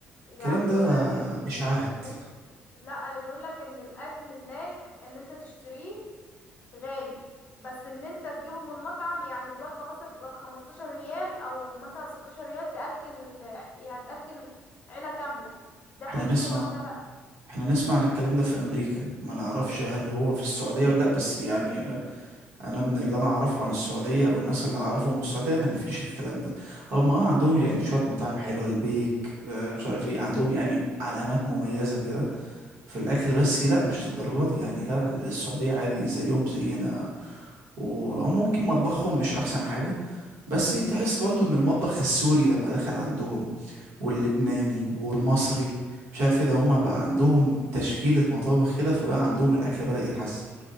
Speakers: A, on the left (about 40°); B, on the right (about 75°).
A: يعني
B: الكلام
A: بيقولك
B: ده
A: ان
B: إشاعات
A: ان انت- لا انا بيقولك ان الاكل هناك ان انت تشتريه غالي بس ان انت تجيبه من مطعم يعني الوجبة مثلا تبقى بخمستاشر ريال او مثلا ستاشر ريال تأكل يعني تأكل عيلة كاملة ده
B: احنا
A: حقيقي
B: نسمع
A: ولا لا
B: احنا نسمع عن الكلام ده في أمريكا ما نعرفش هل هو في السعودية ولا لا بس يعني آه، أنا من اللي أنا أعرفه عن السعودية أو الناس اللي أعرفهم من السعودية أنا مفيش الكلام ده هم اه عندهم يعني شوية مطاعم حلوة البيك آه، مش عارف ايه عندهم يعني علامات مميزة كده في الاكل بس لا مش للدرجه دي يعني لا السعوديه عادي زيهم زينا وممكن مطبخهم مش احسن حاجة بس تحس برضو ان المطبخ السوري لما دخل عندهم واللبناني والمصري مش عارف ايه ده هما بقى عندهم تشكيلة مطابخ كده فبقى عندهم الاكل بدأ يتحسن